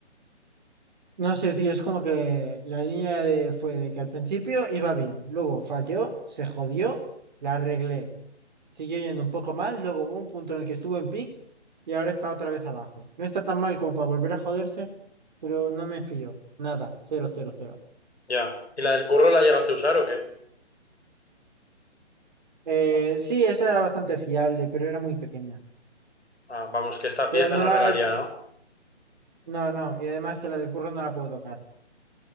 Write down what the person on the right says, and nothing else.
No sé, tío, es como que la línea de fue de que al principio iba bien, luego falló, se jodió, la arreglé. Siguió yendo un poco mal, luego hubo un punto en el que estuvo en pic y ahora está otra vez abajo. No está tan mal como para volver a joderse, pero no me fío. Nada, cero, cero, cero.
Eh,
sí, esa era bastante fiable, pero era muy pequeña.
Pero
no
la...
No, no, y además que la del curro no la puedo tocar.